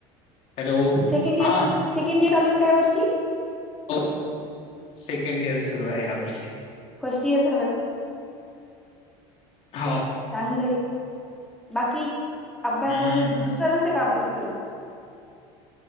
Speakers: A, on the left (about 50°); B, in the centre.
A: हॅलो
B: सेकंड
A: हा
B: इयर सेकंड इयर चालू आहे काय वर्षी?
A: हो सेकंड इयर सुरू आहे या वर्षी.
B: फर्स्ट इयर झालं.
A: हो.
B: चांगलं आहे. बाकी अभ्यास
A: हम्म
B: वगैरे दुसऱ्या नसते का अभ्यास करत?